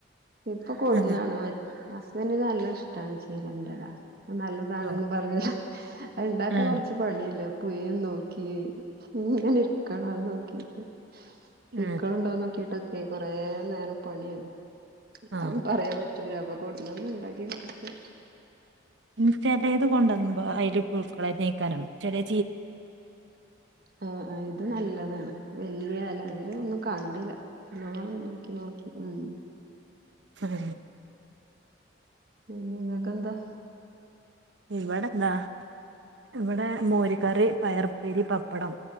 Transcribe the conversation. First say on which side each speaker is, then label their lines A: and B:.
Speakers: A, on the right; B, on the right.
A: ഇപ്പൊ കൊടുന്നാണ്
B: ഉം
A: ഹസ്ബൻഡ നല്ല ഇഷ്ടമാണ് ചീരൻ നല്ലതാണന്ന്
B: ഓ
A: പറഞ്ഞില്ല അത് ഇണ്ടാക്കാ
B: ഉം
A: കൊറച്ച് പണിയല്ലേ പുയും നോക്കീ ഇങ്ങനെ ഇരിക്കണം അത് നോക്കിട്ട് പിയുക്കളുണ്ടോന്ന്
B: ഉം
A: നോക്കിട്ടൊക്കെയേ കൊറേ നേരം പണിയാണ്
B: ആ
A: അ പറയാൻ പറ്റൂരപ്പ കൊടന്ന ഒന്ന ഉണ്ടാക്കി കൊടുക്ക
B: ഇ ചിലത് കൊണ്ട വന്നുമ്പോ അതില് പുക്കളെ നീക്കാനും ചലെ
A: ആ ഇത് നല്ലതാണ് വലിയ അല്ലെങ്കിലും ഒന്നും കണ്ടില്ല അ നോക്കി നോക്കി ഉം
B: ഉം
A: പിന്നെ ങ്ങക്കെന്താ
B: ഇവടെന്താ ഇവിടെ മോര് കറി പയർപ്പേരി പപ്പടം